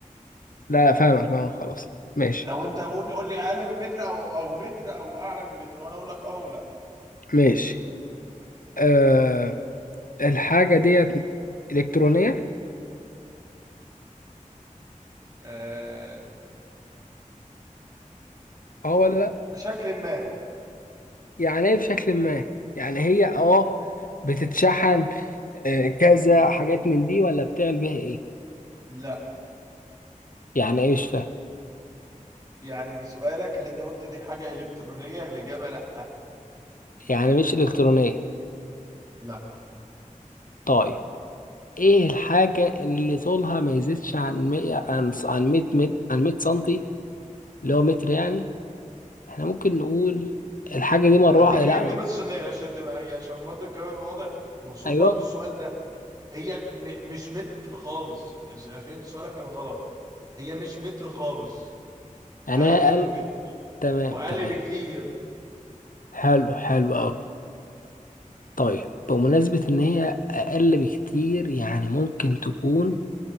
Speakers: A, on the left; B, on the right.
A: لا لا فاهمك فاهمك خلاص ماشي
B: لو انت قول قول لي اقل من متر او او متر او اعلى من متر وانا اقول لك اه ولا
A: ماشي أه الحاجة ديت إلكترونية
B: آه
A: اه ولا لا
B: بشكل ما
A: يعني ايه بشكل ما يعني هي اه بتتشحن آه، كذا حاجات من دي ولا بتعمل بيها ايه
B: لا
A: يعني ايه مش فاهم
B: يعني سؤالك اللي انت قلت دي حاجه الكترونيه الاجابه لا
A: يعني مش إلكترونية
B: لا
A: طيب ايه الحاجة اللي طولها ما يزيدش عن 100 عن عن 100 متر عن 100 سنتي اللي هو متر يعني احنا ممكن نقول الحاجة دي مروحة
B: اديك
A: لا
B: انت بس عشان عشان تبقى يعني عشان برضه الكلام يبقى واضح بخصوص
A: ايوه
B: برضه السؤال ده هي م... مش متر خالص يعني عشان انت سؤالك كان غلط هي مش متر خالص
A: انا
B: اقل
A: اقل
B: من متر
A: تمام
B: واقل
A: تمام
B: بكتير
A: حلو حلو قوي طيب بمناسبة ان هي اقل بكتير يعني ممكن تكون